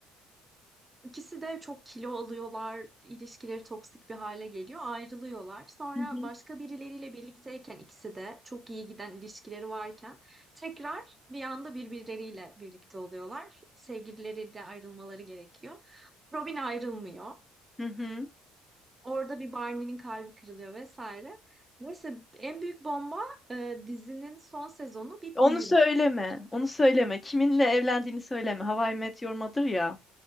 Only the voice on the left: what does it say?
Hı hı.
Hı hı.
Onu
söyleme,
onu söyleme. Kiminle evlendiğini söyleme. How I Met Your Mother ya.